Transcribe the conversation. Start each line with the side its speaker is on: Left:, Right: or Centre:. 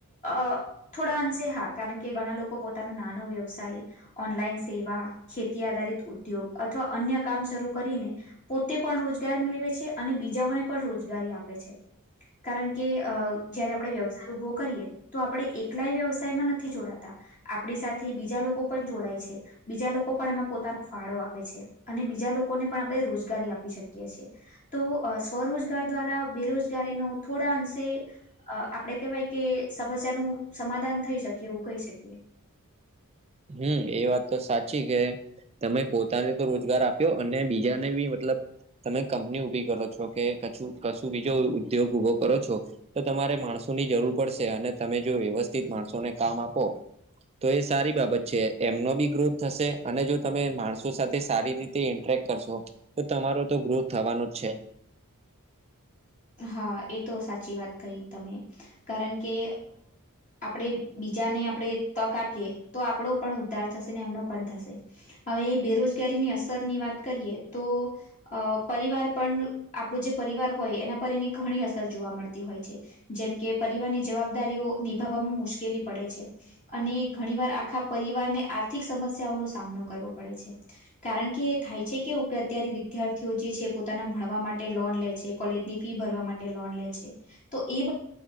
Left: અ થોડા અંશે હા કારણ કે ઘણા લોકો પોતાનો નાનો વ્યવસાય. ઓનલાઈન સેવા ખેતી આધારિત ઉદ્યોગ અથવા અન્ય કામ શરૂ કરીને પોતે પણ રોજગાર મેળવે છે અને બીજાઓને પણ રોજગારી આપે છે. કારણ કે અ જયારે આપણેે વ્યવસાય ઉભો કરીએ. તો આપણે એકલાય વ્યવસાયમાં નથી જોડાતા, આપણી સાથે બીજા લોકો પણ જોડાય છે. બીજા લોકો પણ એમાં પોતાનો ફાળો આપે છે. અને બીજા લોકોને પણ આપણે રોજગારી આપી શકીએ છે. તો સ્વરોજગાર દ્વારા બેરોજગારીનો થોડા અંશે અ આપડે કેવાય કે સમસ્યાનું સમાધાન થઈ શકીએ એવું કહી શકીએ
Right: હમ એ વાત તો સાચી કે તમે પોતાને તો રોજગાર આપ્યો અને બીજાને બી મતલબ તમે કંપની ઉઊભી કરો છો કે, કું કશું બીજો ઉદ્યોગ ઉઊભો કરો છો. તો તમારે માણસોની જરૂર પડશે અને તમે જો વ્યવસ્થિત માણસોને કામ આપો તો એ સારી બાબત એમનો બી ગ્રોથ થશે. અને જો તમે માણસો સાથે સારી રીતે ઇન્ટરેક્ટ કરશો. તો તમારો તો ગ્રોથ થવાનો જ છે.
Left: હા એ તો સાચી વાત કહી તમે કારણ કે અ બીજાને આપણે તક આપીએ તો આપણો પણ ઉદ્ધાર થશે એમનો પણ થશે. હવે બેરોજગારીની અસરની વાત કરીએ તો અ પરિવાર પણ આપણું જે પરિવાર હોય એના પર એની ઘણી અસર જોવા મળતી હોય છે. જેમ કે પરિવારની જવાબદારીઓ નિભાવવામાં મુશ્કેલી પડે છે. અને ઘણી વાર આખા પરિવારને આર્થિક સમસ્યાઓનો સામનો કરવો પડે છે. કારણ કે થાય છે કે, કે અત્યારે વિદ્યાર્થીઓ જે છે. પોતાના ભણવા માટે લોન લે છે. કોલેજની ફી ભરવા માટે લોન લે છે. તો એ